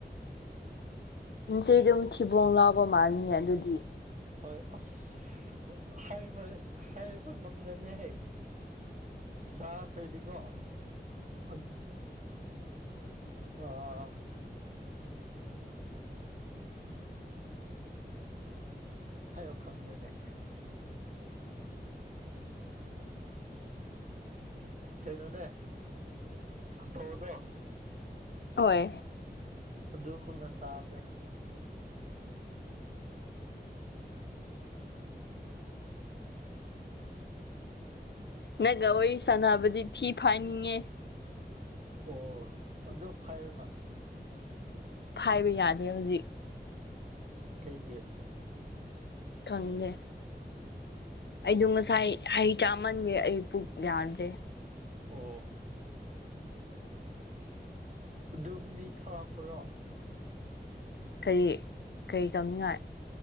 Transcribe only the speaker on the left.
ꯏꯟꯆꯦ ꯑꯗꯨꯝ ꯊꯤꯕꯣꯡ ꯂꯥꯎꯕ ꯃꯥꯜꯂꯤꯉ ꯑꯗꯨꯗꯤ
ꯍꯣꯏ
ꯅꯪꯒ ꯋꯥꯔꯤ ꯁꯥꯟꯅꯕꯗꯤ ꯊꯤ ꯐꯥꯏꯅꯤꯡꯉꯦ
ꯍꯥꯏꯕ ꯌꯥꯗꯦ ꯍꯧꯖꯤꯛ
ꯈꯪꯗꯦ ꯑꯩꯗ ꯉꯁꯥꯏ ꯍꯩ ꯆꯥꯃꯟꯒꯦ ꯑꯩ ꯄꯨꯛ ꯌꯥꯗ꯭ꯔꯦ
ꯀꯔꯤ ꯀꯔꯤ ꯀꯧꯅꯤꯡꯉꯥꯏ